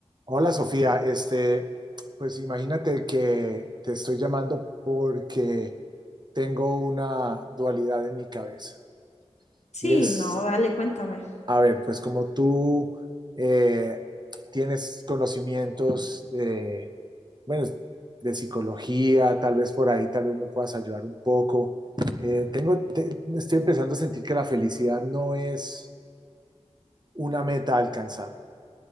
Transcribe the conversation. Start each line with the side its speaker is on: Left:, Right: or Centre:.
Right: Hola Sofía, este, pues imagínate que te estoy llamando porque tengo una dualidad en mi cabeza.
Left: Sí,
Right: Y es,
Left: no, dale, cuéntame.
Right: a ver, pues como tú eh, tienes conocimientos de, bueno, de psicología, tal vez por ahí, tal vez me puedas ayudar un poco. Eh, tengo, te- estoy empezando a sentir que la felicidad no es una meta a alcanzar.